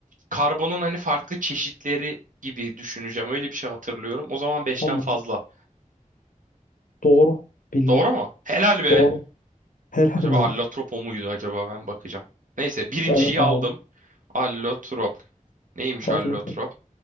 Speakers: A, on the right; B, on the left.
A: karbonun hani farklı çeşitleri gibi düşüneceğim. Öyle bir şey hatırlıyorum. O zaman beşten
B: Tamam.
A: fazla.
B: Doğru bildin.
A: Doğru mu? Helal be.
B: Doğru. Helal
A: Acaba
B: be.
A: allotrop o muydu acaba? Ben bakacağım. Neyse birinciyi
B: Evet
A: aldım.
B: abi.
A: Allotrop. Neymiş
B: Hadi
A: allotrop?
B: bakalım.